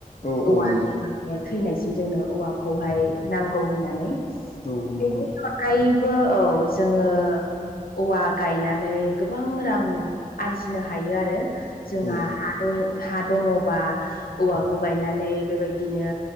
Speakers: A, on the left (about 50°); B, on the left (about 90°).
A: औ औ
B: औवा
A: नंगौ
B: थैनायसिम जोंनो औवाखौहाय नांगौ होननानै
A: औ
B: बेनि
A: नंगौ
B: खायबो औ जोङो औवा गायनानै गोबां रां आरजिनो हायो आरो। जोंहा
A: औ
B: हा दय हा दङबा औवाखौ गायनानै बेबायदिनो